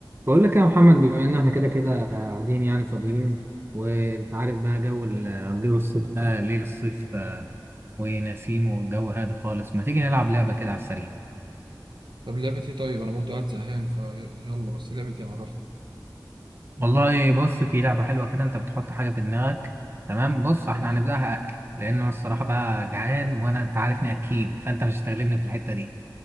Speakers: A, on the right (about 30°); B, on the right (about 80°).
A: بقول لك يا محمد بما ان احنا كده كده قاعدين يعني فاضيين وانت عارف بقى جو ال- جو الصيف ده ليل الصيف آه، ونسيم والجو هادي خالص ما تيجي نلعب لعبة كده على السريع
B: طب لعبة ايه طيب انا برضو قاعد زهقان فيلا بس لعبة ايه عرفني
A: والله بص في لعبة حلوة كده انت بتحط حاجة في دماغك تمام بص احنا
B: تمام.
A: هنبدأها اكل لان انا الصراحة بقى جعان وانا انت عارفني اكيل فانت مش هتغلبني في الحتة دي